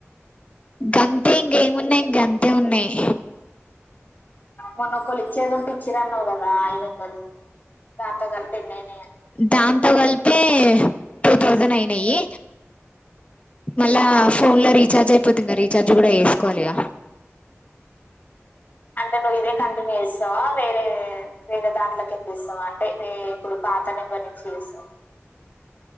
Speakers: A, on the left; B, on the left.
A: ఇంక అంతే ఇంకేమున్నాయి ఇంక అంతే ఉన్నాయి
B: మొన్నొక్కలు ఇచ్చేది ఉంటే ఇచ్చిర అన్నావు కదా ఐదు వందలు దాంతో కలిపి ఎన్ని అయినాయి అని
A: దాంతో కలిపే టూ థౌజండ్ అయినయి మళ్ళా ఫోన్ లో రీచార్జ్ అయిపోతు క రీచార్జ్ కూడా వేసుకోవాలి ఇగా
B: అంటే నువ్వు ఇదే కంటిన్యూ ఇస్తావా వేరే వేరే దాంట్లో కింద ఇస్తావా అంటే ఇప్పుడు పాత నెంబర్ చేస్తా